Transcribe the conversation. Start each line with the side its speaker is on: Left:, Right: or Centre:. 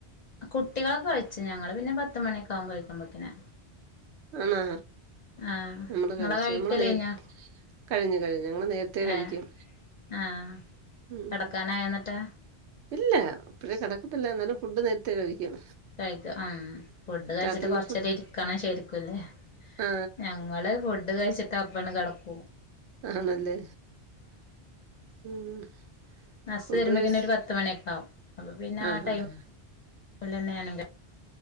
Left: കുട്ടികളൊക്കെ കഴിച്ചു ഞങ്ങള് പിന്നെ പത്തു മണിയൊക്കെ ആക്കും കഴിക്കുമ്പത്തേന്.
Right: ആണോ,
Left: ആഹ്
Right: നമ്മള്
Left: നിങ്ങളെ
Right: കഴിച്ചു
Left: കഴിക്കല്
Right: നമ്മള് നേരത്തെ.
Left: കഴിഞ്ഞോ
Right: കഴിഞ്ഞു കഴിഞ്ഞു ഞങ്ങൾ നേരത്തെ കഴിക്കും.
Left: ഏഹ് ആഹ്
Right: ഉം.
Left: കിടക്കാനായോ എന്നിട്ട്.
Right: ഇല്ല ഇപ്പോഴേ കിടക്കത്തില്ല എന്നാലും ഫുഡ് നേരത്തെ കഴിക്കും.
Left: കഴിക്കും ആഹ് ഫുഡ് കഴിച്ചിട്ട്
Right: രാത്രിയിലെ
Left: കൊറച്ച്
Right: ഫുഡ്
Left: നേരം ഇരിക്കണം ശരിക്കുല്ലേ.
Right: ആ
Left: ഞങ്ങള് ഫുഡ് കഴിച്ചിട്ട് അപ്പം തന്നെ കിടക്കും.
Right: ആണല്ലേ ഉം.
Left: ഹസ്
Right: ഫുഡ്
Left: വരുമ്പത്തേന്
Right: കഴിച്ച്
Left: ഒരു പത്ത് മണിയൊക്കെ ആവും, അപ്പൊ പിന്നെ
Right: ആ
Left: ആഹ് ടൈം
Right: ആ ആ.
Left: പോലെ തന്നെയാണ്.